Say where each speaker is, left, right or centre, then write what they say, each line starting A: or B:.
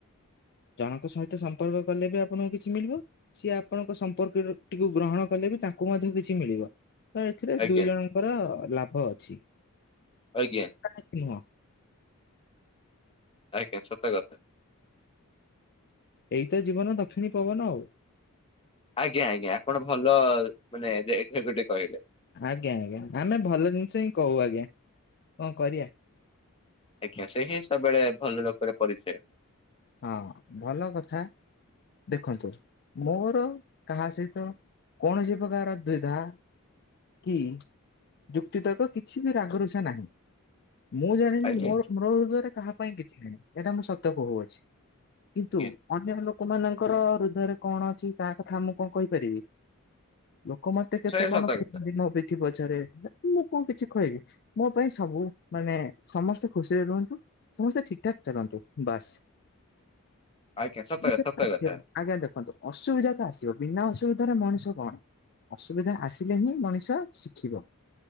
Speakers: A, on the left (about 50°); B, on the left (about 25°).
A: ଜଣଙ୍କ ସହିତ ସମ୍ପର୍କ କଲେ ବି ଆପଣଙ୍କୁ କିଛି ମିଳିବ ସିଏ ଆପଣଙ୍କ ସମ୍ପର୍କ ଟିକୁ ଗ୍ରହଣ କଲେ ବି ତାଙ୍କୁ ମଧ୍ୟ କିଛି ମିଳିବ ତ ଏଥିରେ
B: ଆଜ୍ଞା
A: ଦୁଇ ଜଣଙ୍କର ଲାଭ ଅଛି।
B: ଆଜ୍ଞା
A: କାହିଁକି ନୁହଁ?
B: ଆଜ୍ଞା ସତ କଥା।
A: ଏଇ ତ ଜୀବନ ଦକ୍ଷିଣୀ ପବନ ଆଉ।
B: ଆଜ୍ଞା ଆଜ୍ଞା ଆପଣ ଭଲ ମାନେ ଦେ ଗୋଟେ କହିଲେ
A: ଆଜ୍ଞା ଆଜ୍ଞା ଆମେ ଭଲ ଜିନିଷ ହିଁ କହୁ ଆଜ୍ଞା କଣ କରିବା।
B: ଆଜ୍ଞା ସେ ହିଁ ସବୁବେଳେ ଭଲ ଲୋକରେ ପଡିଛେ।
A: ହଁ ଭଲ କଥା। ଦେଖନ୍ତୁ ମୋର କାହା ସହିତ କୌଣସି ପ୍ରକାର ଦ୍ୱିଧା କି ଯୁକ୍ତିତର୍କ କିଛି ବି ରାଗରୁଷା ନାହିଁ। ମୁଁ ଜାଣିନି
B: ଆଜ୍ଞା
A: ମୋ ମୋ ହୃଦୟରେ କାହା ପାଇଁ କିଛି ନାହିଁ। ଏଇଟା ମୁ ସତ କହୁଅଛି। କିନ୍ତୁ
B: ଆଜ୍ଞା
A: ଅନ୍ୟ ଲୋକ ତମ ମାନଙ୍କର ହୃଦୟରେ କଣ ଅଛି ତା କଥା ମୁଁ କଣ କହିପାରିବି। ଲୋକ ମତେ କେତେ
B: ସେ ସତ
A: କଣ ଖୁ
B: କଥା
A: ମତେ କିଛି ପଛରେ ହେ ମୁଁ କଣ କିଛି କହିବି ମୋ ପାଇଁ ସବୁ ମାନେ ସମସ୍ତେ ଖୁସିରେ ରୁହନ୍ତି। ସମସ୍ତେ ଠିକ ଠାକ ଚାଲନ୍ତୁ ବାସ୍।
B: ଆଜ୍ଞା
A: ଅସୁବିଧା
B: ସତ ସତ
A: ତ ଆସିବ।
B: କଥା
A: ଆଜ୍ଞା ଦେଖନ୍ତୁ ଅସୁବିଧା ତ ଆସିବ। ବିନା ଅସୁବିଧା ରେ ମଣିଷ କଣ ଅସୁବିଧା ଆସିଲେ ହିଁ ମଣିଷ ଶିଖିବ।